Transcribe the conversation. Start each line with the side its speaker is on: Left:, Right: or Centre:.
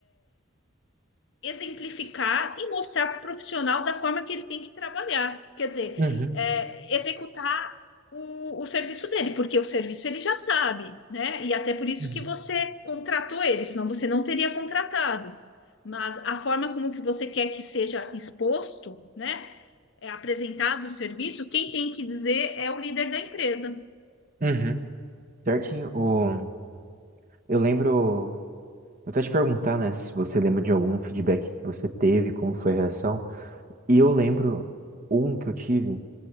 Left: exemplificar e mostrar para o profissional da forma que ele tem que trabalhar. Quer dizer,
Right: Uhum.
Left: é, executar o, o serviço dele, porque o serviço ele já sabe, né? E até por isso
Right: Uhum.
Left: que você contratou ele, senão você não teria contratado. Mas a forma como que você quer que seja exposto, né? É apresentado o serviço, quem tem que dizer é o líder da empresa.
Right: Uhum. Certinho. O... Eu lembro. Eu até te perguntar, né, se você lembra de algum feedback que você teve, como foi a reação. E eu lembro um que eu tive,